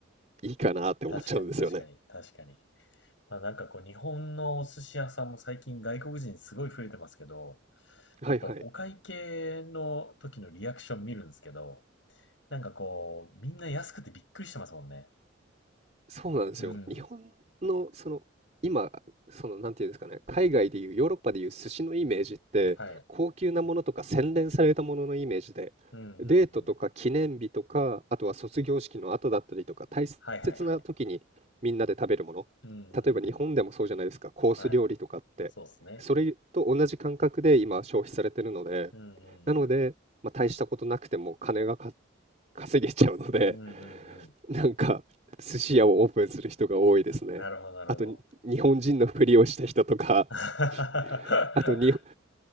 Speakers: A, on the right; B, on the left.
A: いいかなって思っちゃうんですよね。
B: 確かに確かに確かに。まあなんかこう日本のお寿司屋さんも最近外国人すごい増えてますけど、
A: はいはい。
B: やっぱお会計の時のリアクション見るんですけど、なんかこう、みんな安くてびっくりしてますもんね。
A: そうなんですよ。
B: うん。
A: 日本のその今そのなんていうんですかね、海外でいうヨーロッパでいう寿司のイメージって高級なものとか洗練されたもののイメージで、
B: はい。うんうんうん。
A: デートとか記念日とかあとは卒業式の後だったりとか大切な時にみんなで食べるもの、
B: はいはいはい。うんうんうん。
A: 例えば日本でもそうじゃないですか、コース料理とかって、
B: はい。そうっすね。
A: それと同じ感覚で今消費されてるので、
B: うんう
A: なので、
B: ん
A: まあ、大したことなくても金がか稼げちゃうので、
B: うん。うん
A: <laughs>
B: うん
A: なんか寿司屋をオープンする人が多いですね。
B: うん。なるほどなるほど。
A: あとに日本人のふりをした人とか、
B: <laughs>
A: <laughs> あとに、